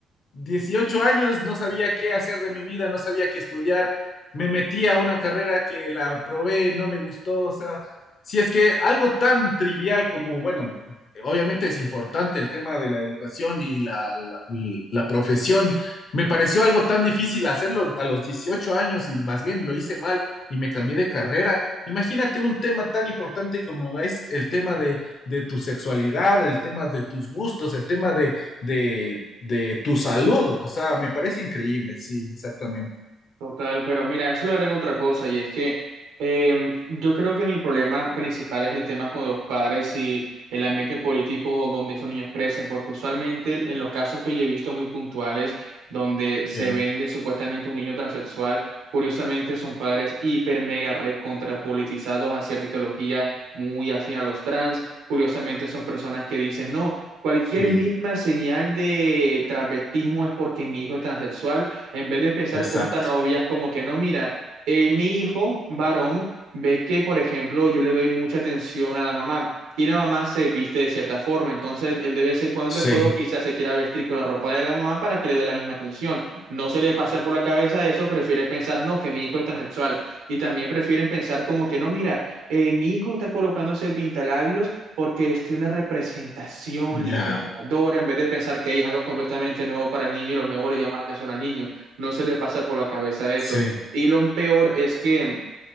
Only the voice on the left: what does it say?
18 años no sabía qué hacer de mi vida, no sabía qué estudiar, me metí a una carrera que la probé, no me gustó, o sea, si es que algo tan trivial como, bueno, obviamente es importante el tema de la educación y la, la- y la profesión. Me pareció algo tan difícil hacerlo a los 18 años y más bien lo hice mal y me cambié de carrera. Imagínate un tema tan importante como es el tema de, de tu sexualidad, el tema de tus gustos, el tema de, de, de tu salud. O sea, me parece increíble. Sí, exactamente.
Ya.
Sí,
exacto.
Sí,
ya.
Sí,